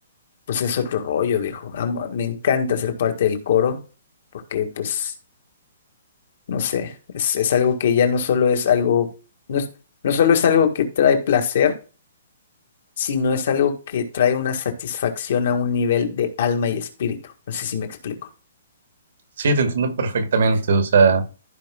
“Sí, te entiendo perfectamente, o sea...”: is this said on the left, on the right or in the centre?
Right